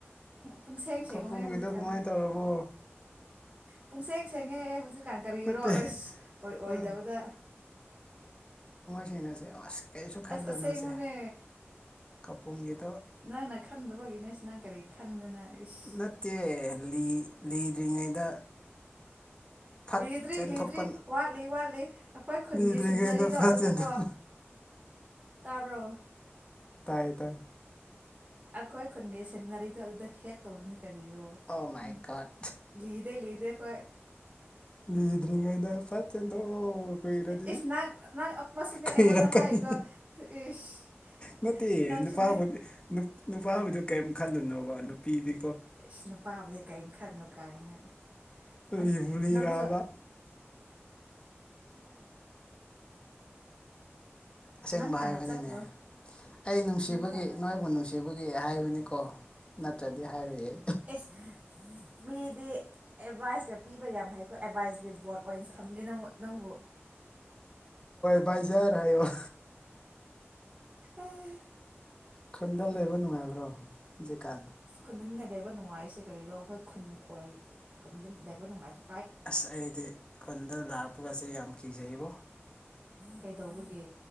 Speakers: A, on the right; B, on the left.
A: ꯄꯨꯡꯁꯦꯡ ꯁꯦꯡꯕꯅꯦ
B: ꯀꯥꯄꯨꯝꯒꯤꯗꯣ
A: ꯍꯧꯖꯤꯛ ꯀꯥꯟꯅ
B: ꯀꯃꯥꯏꯅ ꯇꯧꯔꯕꯣ
A: ꯄꯨꯡꯁꯦꯡ ꯁꯦꯡꯉꯦ ꯍꯧꯖꯤꯛ ꯀ ꯀꯔꯤꯔꯣ
B: ꯅꯠꯇꯦ
A: ꯑꯁ ꯑꯣꯏ ꯑꯣꯏꯗꯕꯗ
B: ꯑꯥ ꯁꯦꯡꯅꯁꯦꯕ ꯀꯩꯁꯨ ꯈꯜꯂꯨꯅꯨꯁꯦ
A: ꯑꯁ ꯑꯁꯦꯡꯕꯅꯦ
B: ꯀꯄꯨꯝꯒꯤꯗꯣ
A: ꯅꯪꯅ ꯈꯪꯗꯕꯒꯤꯅꯦ ꯑꯁ ꯅꯪ ꯀꯔꯤ ꯈꯪꯗꯅ ꯏꯁ
B: ꯅꯠꯇꯦ ꯂꯤ ꯂꯤ ꯂꯤꯗ꯭ꯔꯤꯉꯩꯗ ꯐꯠ
A: ꯂꯤꯗ꯭ꯔꯤ
B: ꯆꯦꯟꯊꯣꯛꯄ
A: ꯂꯤꯗ꯭ꯔꯤ ꯋꯥꯠꯂꯤ ꯋꯥꯠꯂꯤ ꯑꯩꯈꯣꯏ ꯈꯨꯟꯒꯤ
B: ꯂꯤꯗ꯭ꯔꯤꯉꯩꯗ
A: ꯁꯤꯖꯤꯟꯅꯔꯤꯗꯣ
B: ꯐꯠ
A: ꯑꯗꯨꯗꯀꯣ
B: ꯆꯦꯟꯊꯣꯛ
A: ꯇꯥꯕ꯭ꯔꯣ
B: ꯥꯇꯥꯏ ꯇꯥꯏ
A: ꯑꯩꯈꯣꯏ ꯈꯨꯟꯒꯤ ꯁꯦꯟꯇꯤꯅꯔꯔꯤꯗꯥ ꯑꯗꯨꯗ ꯍꯦꯠ ꯇꯧꯔꯤꯅꯤ ꯀꯔꯤꯔꯣ ꯎꯝ
B: ꯑꯣ ꯃꯥꯏ ꯒꯣꯠ
A: ꯂꯤꯗꯦ ꯂꯤꯗꯦ ꯍꯣꯏ
B: ꯂꯤꯗ꯭ꯔꯤꯉꯩꯗ ꯐꯠ ꯆꯦꯟꯊꯣꯛꯑꯣ ꯀꯨꯏꯔꯗꯤ
A: ꯏꯁ ꯅꯪ ꯅꯪ ꯑꯃꯁꯨ ꯑꯩꯉꯣꯟꯗ
B: ꯀꯨꯏꯔꯛꯀꯅꯤ
A: ꯍꯥꯏꯗꯣ ꯏꯁ
B: ꯅꯠꯇꯦ
A: ꯅꯪꯁꯨꯅꯦ
B: ꯅꯨꯄꯥꯕꯨꯗꯤ ꯅꯨꯄꯥꯕꯨꯗꯤ ꯀꯔꯤꯝ ꯈꯜꯂꯨꯅꯣꯕ ꯅꯨꯄꯤꯗꯤ
A: ꯏꯁ ꯅꯨꯄꯥꯥꯕꯨꯗꯤ ꯀꯔꯤꯝ ꯈꯟꯅꯨ ꯀꯥꯏꯅ ꯑꯁ
B: ꯂꯤꯕꯨ ꯂꯤꯔꯛꯑꯥꯕ
A: ꯅꯪꯁꯨ
B: ꯑꯁꯦꯡꯕ
A: ꯅꯪ ꯍꯥꯟꯅ
B: ꯍꯥꯏꯕꯥꯅꯤꯅꯦ
A: ꯆꯠꯈ꯭ꯔꯣ
B: ꯑꯩ ꯅꯨꯡꯁꯤꯕꯒꯤ
A: ꯅꯪ ꯍꯥꯟꯅ
B: ꯅꯣꯏꯕꯨ ꯅꯨꯡꯁꯤꯕ ꯑꯩꯈꯣꯏꯒꯤ ꯍꯥꯏꯕꯅꯤꯀꯣ ꯅꯠꯇ꯭ꯔꯗꯤ ꯍꯥꯏꯔꯣꯏꯌꯦ
A: ꯑꯦꯁ ꯃꯤꯗꯤ ꯑꯦꯗꯚꯥꯏꯁꯀ ꯄꯤꯕ ꯌꯥꯝ ꯍꯩꯀꯣ ꯑꯦꯗꯚꯥꯏꯁ ꯔꯤꯕꯣꯔꯠ ꯑꯣꯏꯅ ꯊꯝꯒꯦ ꯅꯪ ꯅꯪꯕꯨ
B: ꯑꯦꯠꯕꯥꯏꯖꯔ ꯍꯥꯏꯌꯣ
A: ꯑꯩ
B: ꯈꯨꯟꯗꯥ ꯂꯩꯕ ꯅꯨꯡꯉꯥꯏꯕ꯭ꯔꯣ ꯍꯧꯖꯤꯛꯀꯥꯟ
A: ꯈꯨꯟꯗ ꯂꯩꯕ ꯅꯨꯡꯉꯥꯏꯔꯤꯁꯦ ꯀꯔꯤꯔꯣ ꯑꯩꯈꯣꯏ ꯈꯨꯟ ꯑꯣꯏ ꯈꯨꯟꯗ ꯂꯩꯕ ꯅꯨꯡꯉꯥꯏꯁꯤ
B: ꯑꯁ ꯑꯩꯗꯤ ꯈꯨꯟꯗ ꯂꯥꯛꯄ ꯄꯥꯁꯦ ꯌꯥꯝ ꯀꯤꯖꯩꯌꯦꯕꯣ
A: ꯀꯩꯗꯧꯕꯒꯤ